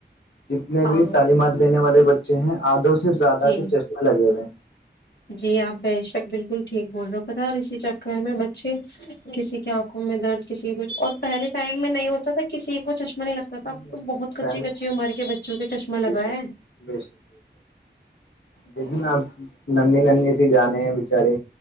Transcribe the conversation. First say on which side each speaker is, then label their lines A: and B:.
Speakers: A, on the left; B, on the left.
A: جتنے
B: ہاں
A: بھی تعلیمات لینے والے بچے ج ہیں آدھوں سے زیادہ
B: جی
A: کے چشمے لگے ہوئے ہیں
B: جی آپ بے شک بالکل ٹھیک بول رہے ہو پتا اور اسی چکر میں بچے کسی کے آنکھوں میں درد کسی کچھ اور پہلے ٹائم میں نہیں ہوتا تھا کسی کچھ نہیں لگتا
A: ہیں
B: تھا اب تو بہت کچی
A: پہلے
B: کچی عمر کے بچوں کے چشمہ لگاائے
A: بے شک جیکن آپ ننی نی سے جانے ہیں بچارے